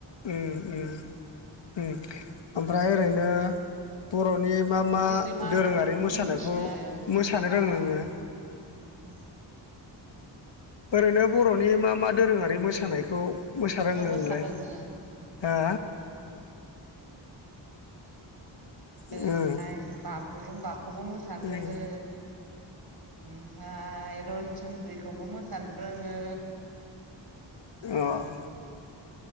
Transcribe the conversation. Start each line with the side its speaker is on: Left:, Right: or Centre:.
Left: ओ ओ ओ ओमफ्राय ओरैनो बर'नि मा मा
Right: जोरेमा आगर
Left: दोरोङारि
Right: बेफोरखौ
Left: मोसानायखौ
Right: मिथियो आरो मुफुर
Left: मोसानो
Right: आफा
Left: रोङो नोङो?
Right: <inaudible>
Left: ओरैनो बर'नि मा मा दोरोङारि मोसानायखौ मोसारोङो नोंलाय
Right: मोसानो रोङो
Left: हा
Right: आङोहाय
Left: उम
Right: बागुरुम्बाखौबो मोसानो
Left: उम
Right: रोङो ओमफ्राय रनसन्द्रिखौबो मोसानो रोङो
Left: अह